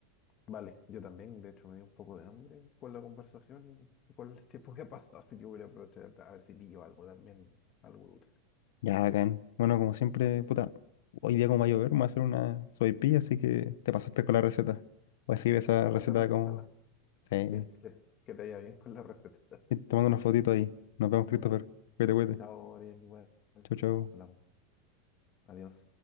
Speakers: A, on the left (about 30°); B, on the left (about 75°).
A: Vale, yo también, de hecho, me dio un poco de hambre con la conversación y con el <laughs> tiempo que ha pasado, así que voy a aprovechar a ver si pillo algo también, algo dulce.
B: Ya, bacán. Bueno, como siempre, puta, hoy día como va a llover, me voy a hacer una sopaipilla, así que te pasaste con la receta. Voy a seguir esa
A: Ojalá
B: receta
A: te, re-
B: como...
A: ojalá
B: Sí.
A: que, que, que te vaya bien con la receta.
B: Y Te mando una fotito ahí. Nos
A: <laughs>
B: vemos, Christopher.
A: Vale,
B: Cuídate, cuídate.
A: chao, Ariel, igual,
B: Chau, chau.
A: hablamos, adiós.